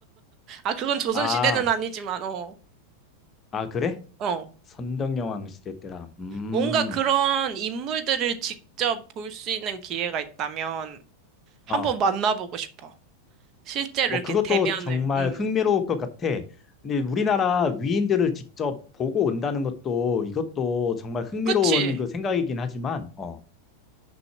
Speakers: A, on the right; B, on the left.
A: 아, 그건 조선
B: 아,
A: 시대는 아니지만, 어.
B: 아, 그래?
A: 어,
B: 선덕여왕 시대 때라. 음,
A: 뭔가 그런 인물들을 직접 볼 수 있는 기회가 있다면 한번
B: 어.
A: 만나보고 싶어. 실제로
B: 뭐,
A: 이렇게
B: 그것도
A: 대면을.
B: 정말
A: 응.
B: 흥미로울 것 같아. 근데 우리나라 위인들을 직접 보고 온다는 것도 이것도 정말 흥미로운
A: 그치?
B: 그 생각이긴 하지만, 어.